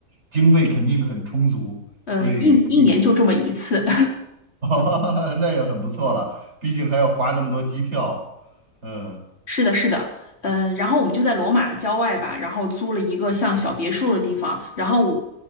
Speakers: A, on the right; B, on the left.
A: 经费肯定很充足，
B: 呃，
A: 所以可以，
B: 一一年就这么一次，
A: <laughs> 哦那也很不错了。毕竟还要花那么多机票。嗯，
B: <laughs> 是的，是的，嗯、然后我们就在罗马郊外吧，然后租了一个像小别墅的地方，然后我